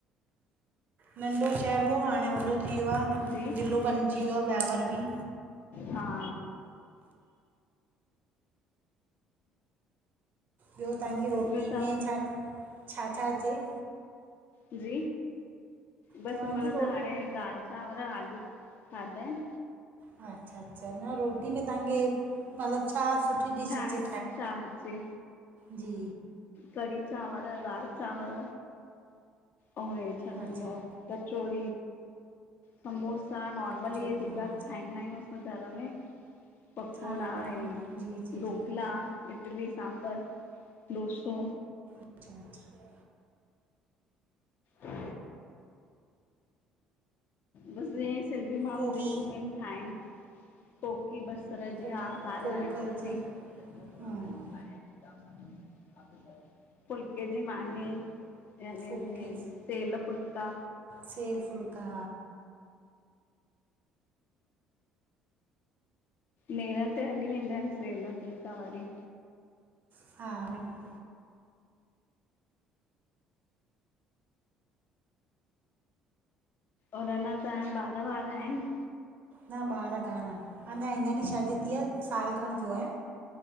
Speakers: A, on the right (about 45°); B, on the left (about 50°).
A: नंढो शहर हो हाणे वॾो थी वियो आ
B: जी
A: जिलो बणजी वियो आहे ब्यावर बि।
B: हा।
A: ॿियो तव्हांजी रोटी
B: ॿियो तव्हां
A: में छा, छा, छा अचे।
B: जी बसि
A: चवां
B: हिन महिल
A: थी रो
B: त हाणे दाल चांवर आलू खाधा आहिनि।
A: अच्छा, अच्छा न रोटी में तव्हांखे मतलबु छा सुठी डिश
B: ठाहिण
A: अचे
B: में छा अचे।
A: जी
B: कढ़ी चांवर दाल चांवर ऐं हे छा चबी
A: अच्छा
B: आहे। कचोड़ समोसा अंद अल्ल।
A: कचोरियूं
B: नॉ महिल ईहे जेका
A: हा
B: ठाहींदा आहियूं असां घर में पकोड़ा
A: ठाहींदा
B: आ।
A: जी जी
B: ढोकला
A: जी
B: इडली सांभर डोसो
A: अच्छा अच्छा
B: <unintelligible> बस। सिंधी माण्हू
A: कोकी
B: जेको खाइण मेन ठााइहिनि कोकी बसर जी
A: को
B: आहे कारे
A: कोकर
B: मिर्च जी। <unintelligible>
A: हम्म
B: फुलके जी मानी यान
A: फुल्के
B: सल फुलका।
A: सेल फुलका।
B: नेरनि ते हली वेंदा आहिनि सेेल पीता वारी।
A: <inaudible>
B: और अञा ता ॿार वार आहिनि।
A: न ॿार कोान अञा हींर ॾींहुं शादी
B: जी
A: थी आहे साल खण थियो आहे।